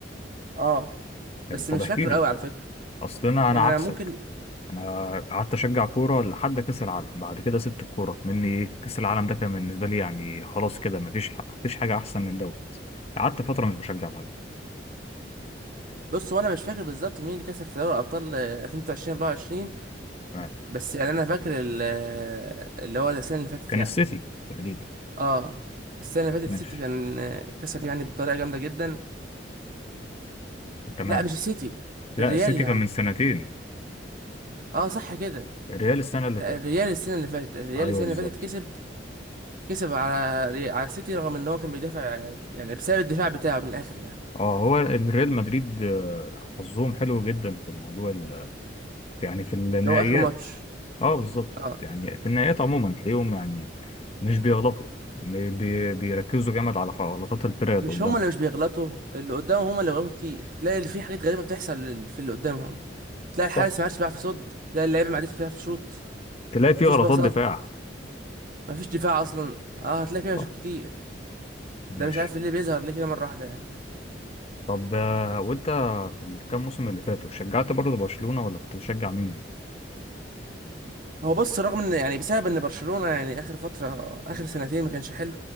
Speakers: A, on the right; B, on the left.
A: اه
B: حلو
A: بس
B: طب
A: مش
B: احكي
A: فاكره
B: لي
A: قوي على فكره
B: اصل انا
A: يعني
B: انا عكسك
A: انا ممكن
B: انا قعدت اشجع كوره لحد كاس العالم بعد كده سبت الكوره كمني ايه كاس العالم ده كان بالنسبه لي يعني خلاص كده مفيش مفيش حاجه احسن من دوت قعدت فتره مش بشجع بعدها
A: بص هو انا مش فاكر بالظبط مين اللي كسب في دوري ابطال 2023 24
B: تمام
A: بس يعني انا فاكر ال- آه، اللي هو السنه اللي فاتت
B: كان
A: يعني
B: السيتي تقريبا
A: اه السنه اللي فاتت
B: ماشي
A: السيتي كان آه، كسب يعني بطريقه جامده جدا
B: تمام
A: لا مش السيتي
B: لا
A: الريال
B: السيتي
A: يا
B: كان
A: عم
B: من سنتين
A: اه صح كده
B: الريال السنه اللي
A: لا
B: فاتت
A: الريال السنه اللي فاتت الريال
B: ايوه
A: السنه
B: بالظبط
A: اللي فاتت كسب كسب على ري- على السيتي رغم ان هو كان بيدافع آه، يعني بسبب الدفاع بتاعه من الاخر يعني
B: اه هو الريال مدريد آه، حظهم حلو جدا في الموضوع ال- يعني في النهائيات
A: اللي هو اخر ماتش
B: اه بالظبط
A: اه
B: يعني في النهائيات عموما تلاقيهم يعني مش بيغلطوا بي- بي- بيركزوا جامد على غلطات الفرق اللي
A: مش
B: قدامهم
A: هما اللي مش بيغلطوا اللي قدامهم هما اللي بيغلطوا كتير تلاقي اللي في حاجات غريبه بتحصل لل- في اللي قدامهم تلاقي الحارس
B: صح
A: ما عادش بيعرف يصد تلاقي اللعيبه ما عادش بيعرف يشوط
B: تلاقي فيه
A: مفيش
B: غلطات
A: باصات
B: دفاع
A: مفيش دفاع اصلا اه هتلاقي فيه مشاكل
B: صح
A: كتير ده
B: ماشي
A: مش عارف ليه بيظهر ليه كده مره واحده يعني
B: طب آه، وانت في الكام موسم اللي فاتوا شجعت برضه برشلونة ولا كنت بتشجع مين؟
A: هو بص رغم ان يعني بسبب ان برشلونه يعني اخر فتره اخر سنتين ما كانش حلو